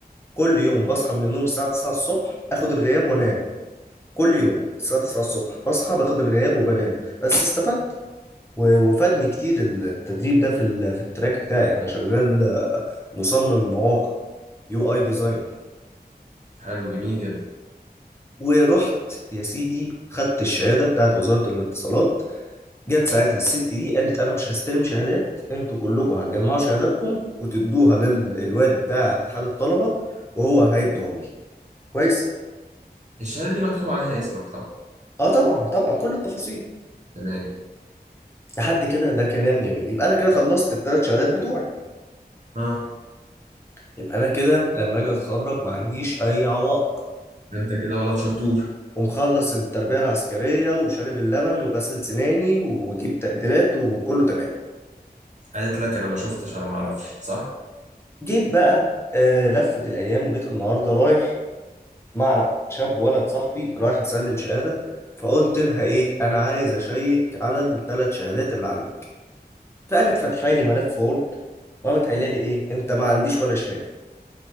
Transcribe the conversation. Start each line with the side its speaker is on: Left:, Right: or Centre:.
Left: كل يوم بصحى من النوم الساعة 9 الصبح اخد الغياب وانام كل يوم الساعة 9 الصبح بصحى باخد الغياب وبنام بس استفدت و- وفادني كتير التدريب ده في ال- في التراك بتاعي انا شغال آه، مصمم مواقع يو اي ديزاينر
Right: حلو جميل جدا
Left: ورحت يا سيدي خدت الشهادة بتاعت وزارة الاتصالات جت ساعتها الست دي قالت انا مش هستلم شهادات انتوا كلكم هتجمعوا شهاداتكم وتدوها للواد بتاع اتحاد الطلبة وهو هيدوهم لي كويس
Right: الشهادة دي مكتوب عليها اسمك طبعا
Left: اه طبعا طبعا كل التفاصيل
Right: تمام
Left: لحد كده ده كلام جميل يبقى انا كده خلصت الثلاث شهادات بتوعي
Right: اه
Left: يبقى انا كده لما اجي اتخرج ما عنديش اي عوائق
Right: انت كده ولد شطور
Left: ومخلص التربية العسكرية وشارب اللبن وغسل سناني وجيب تقديرات وكله تمام
Right: قالت لك انا ما شفتش انا ما اعرفش صح
Left: جيت بقى آه لفت الايام وجيت النهارده رايح مع شاب ولد صاحبي رايح يسلم شهادة فقلت لها ايه انا عايز اشيك على الثلاث شهادات اللي عندك فقامت فاتحه لي ملف وورد وقامت قايله لي ايه انت ما عنديش ولا شهادة